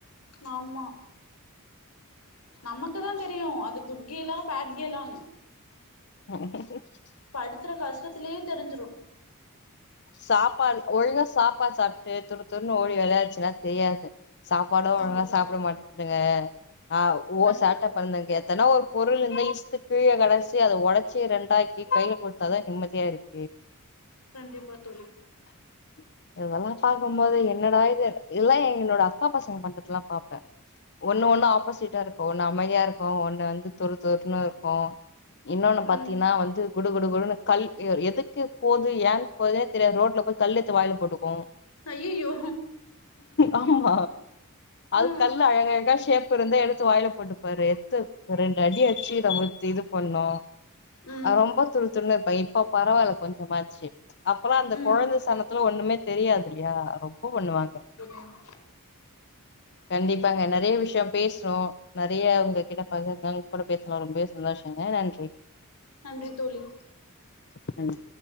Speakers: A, on the left; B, on the left.
A: நாம்மா நமக்குதா தெரியு அது குட் கேலா பேட் கேலானு
B: <unintelligible>
A: படுத்துற கஷ்டத்திலயே தெரிஞ்சிரு
B: சாப்பாடு ஒழுங்கா சாப்பாடு சாப்பிட்டு துரு துருன்னு ஓடி வெளாடுச்சுன்னா தெரியாது சாப்பாடு
A: கண்டிப்பா
B: ஒழுங்கா சாப்பிட மாட்டேதுங்க ஆ ஓ
A: கண்டிப்பா
B: சேட்ட கொழந்தங்க எத்தனா ஒரு பொருள் இருந்த இஸ்த்து கீழ கடாசி அத ஒடச்சி ரெண்டாக்கி கையில கொட் அதா நிம்மதியா இருக்கு
A: கண்டிப்பா தோழி
B: <unintelligible> இதெல்லா பாக்கும்போது என்னடா இது இதெல்லா எங்களோட அக்கா பசங்க பண்றதுல்லா பாப்ப ஒண்ணு ஒண்ணு ஆப்போசிட்டா இருக்கு ஒண்ணு அமைதியா இருக்கு ஒண்ணு வந்து துரு துருன்னு இருக்கு இன்னொன்னு
A: ம்
B: பாத்தீன்னா வந்து குடு குடு குடுன்னு கல் எதுக்கு போது ஏன் போது ரே தெரியாது ரோட்ல போய் கல் எடு த்து வாயில போட்டுக்கு
A: ஐயையோ
B: ஆமா அது
A: ம்
B: கல் அழகா அழகா ஷேப் இருந்தா எடுத்து வாயில போட்டுப்பாரு எத்து ரெண்டு அடி அடிச்சு நம்மத் இது பண்ணு
A: ம்
B: ரொம்ப துரு துருண்ணு இருப்பா இப்ப பரவாயில்ல கொஞ்சமாச்சு அப்பெல்லா அந்த
A: ம்
B: குழந்த சனத் தோ ஒண்ணுமே தெரியாதுல்லியா ரொம்ப பண்ணுவாங்க
A: குட் நைட்
B: கண்டிப்பாங்க நெறைய விஷியம் பேசுறோ நெறைய உங்க கிட்ட பகிந்தோ உங்க கூட பேசலா ரொம்ப சந்தோஷங்க நன்றி
A: நன்றி தோழி
B: நன்றி